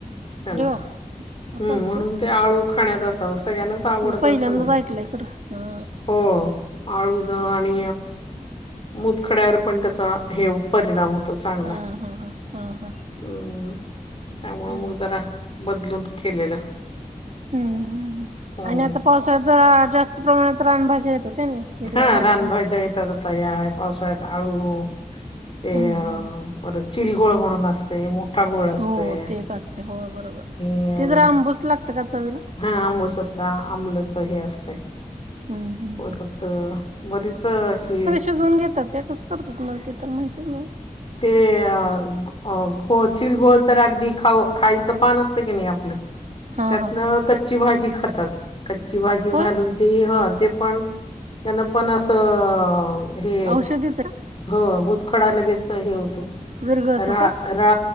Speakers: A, on the left; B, on the right.
A: त्यांना
B: अरे वा असं
A: हम्म
B: असतंय
A: म्हणून ते आळू खाण्यात असाव सगळ्यांनाच आवडत
B: मी पहिल्यांदाच
A: अस - हो
B: ऐकलंय खरं हा
A: आळूद आणि मुतखड्यावर पण त्याचा हे परिणाम होतो चांगला
B: हा हा हा हा हा
A: हम् त्यामुळं
B: हम्म
A: मग जरा बदलून केलेलं
B: हम्म ह
A: हम्म.
B: आणि आता पावसाळ्यात जरा जास्त प्रमाणात रानभाज्या येताता नाही हिरव्या
A: हा
B: पालेभाज्या
A: रान भाज्या येतात तया आहे पावसाळ्यात आळू ते
B: हम्म
A: अ
B: हम्म
A: परत चिलगोळ म्हणून असते गोळ असतोय
B: हो ते एक असते होय बरोबर
A: आणि
B: ते जरा अंबूस लागत का चवीला
A: हा आंबूस असत आंमलचं हे असतं
B: हम्म हम्म.
A: परत बरीच अशी
B: भिजवून घेतात काय कस करतात मला ते तर माहतीच नाही
A: ते अ घोळ चिलघोळ तर अगदी खाऊ खायचं पान असतय की नाही आपलं
B: हा
A: त्यातन
B: हा.
A: कच्ची भाजी खातात कच्ची भाजी
B: होय
A: घालून ती ह ते पण त्यान पण असं हे
B: औषधीच का
A: हो मुतखडा लगेच हे होतो
B: विरगळतो
A: रा
B: का
A: रा